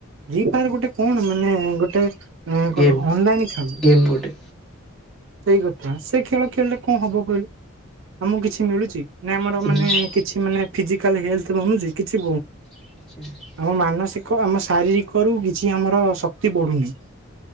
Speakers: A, on the right; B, in the centre.
A: ଫ୍ରି ଫାୟାର୍ ଗୋଟେ କଣ ମାନେ ଗୋଟେ ଏଁ
B: ଗେମ୍
A: କଣ ଅନଲାଇନ୍ ଖେଳ।
B: ଗେମ୍ ଗୋଟେ।
A: ସେଇ କଥା, ସେ ଖେଳ ଖେଳିଲେ କଣ ହବ କହିଲୁ ଆମକୁ କିଛି ମିଳୁଚି ନା ଆମର
B: କିଛି
A: ମାନେ
B: ନାହିଁ
A: କିଛି ମାନେ ଫିଜିକାଲ୍ ହେଲ୍ଥ ବନୁଚି କି <inaudible>
B: <inaudible>
A: ଆମ ମାନସିକ ଆମ ଶାରୀରିକ ରୁ କିଛି ଆମର ଶକ୍ତି ବଢୁନି।